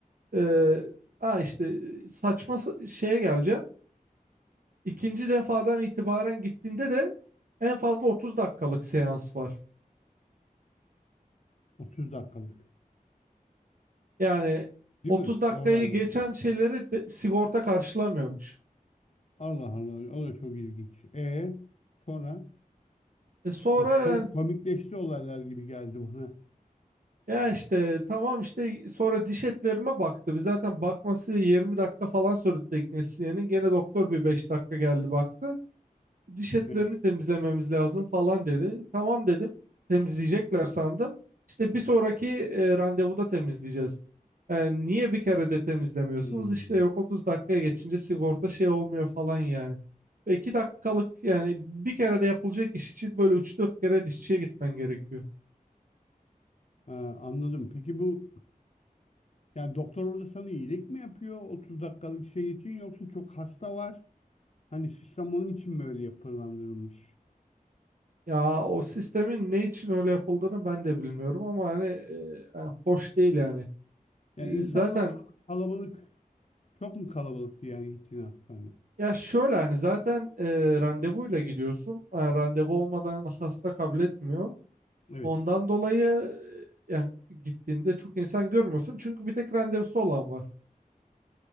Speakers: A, on the right (about 70°); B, on the left (about 50°).
A: Ee, ha işte e, saçma sa- şeye geleceğim. İkinci defadan itibaren gittiğinde de en fazla 30 dakikalık seans var.
B: 30 dakikalık.
A: Yani
B: Değil
A: 30
B: mi?
A: dakikayı
B: Doğru anladım.
A: geçen şeyleri de- sigorta karşılamıyormuş.
B: Allah Allah. O da çok ilginç. E sonra
A: E sonra
B: biraz
A: yani-
B: kom- komikleşti olaylar gibi geldi bana.
A: ya işte tamam işte sonra diş etlerime baktı. Biz zaten bakması 20 dakika falan sürdü teknisyenin. Gene doktor bir 5 dakika geldi baktı. diş etlerini
B: Evet.
A: temizlememiz lazım falan dedi. Tamam dedim. Temizleyecekler sandım. İşte bir sonraki e, randevuda temizleyeceğiz. E, niye bir kere de temizlemiyorsunuz?
B: Hmm.
A: İşte yok 30 dakikaya geçince sigorta şey olmuyor falan yani. 2 dakikalık yani bir kere de yapılacak iş için böyle üç dört kere dişçiye gitmen gerekiyor.
B: Ha, anladım. Peki bu yani doktor orada sana iyilik mi yapıyor 30 dakikalık şey için yoksa çok hasta var? Hani sistem onun için mi öyle yapılandırılmış?
A: Ya o sistemin ne için öyle yapıldığını ben de bilmiyorum ama hani, e, yani hoş değil yani.
B: Yani
A: E,
B: insanlık
A: zaten
B: kal- kalabalık çok mu kalabalıktı yani gittiğin hastane?
A: Ya şöyle hani zaten e, randevuyla gidiyorsun. Yani randevu olmadan hasta kabul etmiyor.
B: Evet.
A: Ondan dolayı e, yani gittiğinde çok insan görmüyorsun. Çünkü bir tek randevusu olan var.